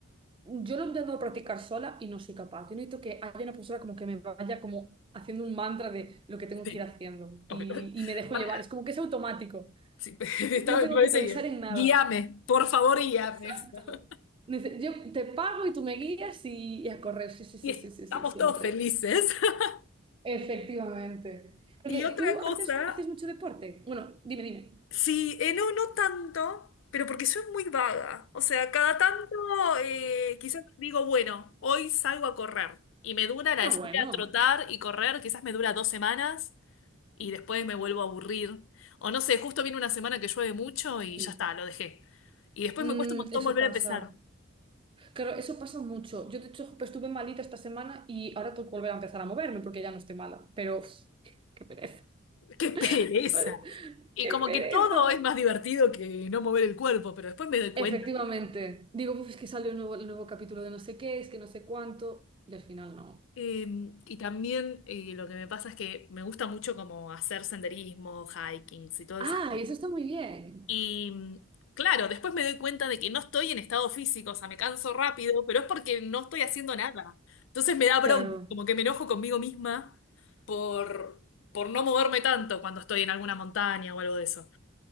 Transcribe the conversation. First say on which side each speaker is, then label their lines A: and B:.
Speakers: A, on the right; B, on the left.
A: yo lo intento practicar sola y no soy capaz. Yo necesito que haya una persona como que me vaya como haciendo un mantra de lo que tengo
B: sí,
A: que ir haciendo y,
B: ok.
A: y
B: <laughs>
A: me dejo
B: Para-
A: llevar. Es como que es automático.
B: sí, <laughs> está-
A: No tengo
B: me parece
A: que pensar
B: bien.
A: en nada.
B: Guíame, por favor, guíame.
A: Exacto.
B: <laughs>
A: Dice, yo te pago y tú me guías y, y a correr. Sí, sí, sí,
B: Y estamos
A: sí, sí, sí, siempre.
B: todos felices. <laughs>
A: Efectivamente. Porque
B: Y otra
A: tú
B: cosa.
A: haces, haces mucho deporte. Bueno, dime, dime.
B: Sí, eh, no, no tanto, pero porque soy muy vaga. O sea, cada tanto eh, quizás digo, bueno, hoy salgo a correr. Y me dura la
A: Ah,
B: de salir
A: bueno.
B: a trotar y correr, quizás me dura dos semanas y después me vuelvo a aburrir. O no sé, justo viene una semana que llueve mucho
A: Sí.
B: y ya está, lo dejé. Y después
A: Mm,
B: me cuesta un montón
A: eso
B: volver
A: pasa.
B: a empezar.
A: Claro, eso pasa mucho. Yo, de hecho, pues, estuve malita esta semana y ahora tengo que volver a empezar a moverme porque ya no estoy mala. Pero, uf, qué pereza.
B: <laughs> ¡Qué pereza!
A: <laughs>
B: Y
A: ¡Qué
B: como
A: pereza!
B: que todo es más divertido que no mover el cuerpo, pero después me doy cuenta
A: Efectivamente. Digo, pues es que salió el nuevo, el nuevo capítulo de no sé qué, es que no sé cuánto. Y al final no.
B: Eh, y también eh, lo que me pasa es que me gusta mucho como hacer senderismo, hikings y todas
A: Ah,
B: esas cosas.
A: y eso está muy bien.
B: Y mm, claro, después me doy cuenta de que no estoy en estado físico, o sea, me canso rápido, pero es porque no estoy haciendo nada. Entonces me da bronca,
A: Claro,
B: como que me enojo conmigo misma por, por no moverme tanto cuando estoy en alguna montaña o algo de eso.